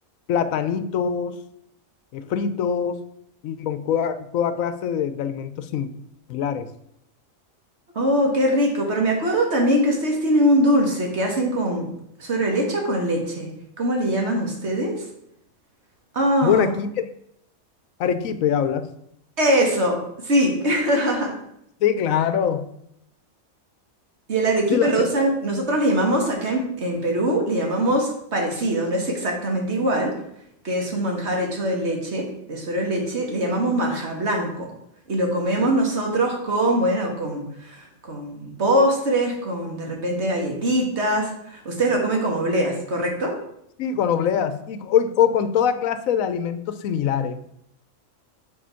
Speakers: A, on the left; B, on the right.
A: platanitos eh, fritos y con toda, toda clase de, de alimentos similares.
B: Oh, qué rico, pero me acuerdo también que ustedes tienen un dulce que hacen con suero de leche o con leche. ¿Cómo le llaman ustedes? Oh,
A: Bueno, aquí te- arequipe hablas.
B: eso, sí. <laughs>
A: Sí, claro.
B: Y el arequipe
A: Sí, las
B: lo
A: tem-
B: usan, nosotros le llamamos acá en, en Perú, le llamamos parecido, no es exactamente igual, que es un manjar hecho de leche, de suero de leche, le llamamos manjar blanco. Y lo comemos nosotros con, bueno, con, con postres, con de repente galletitas. Ustedes lo comen con obleas, ¿correcto?
A: sí, con obleas y, co- o, o con toda clase de alimentos similares.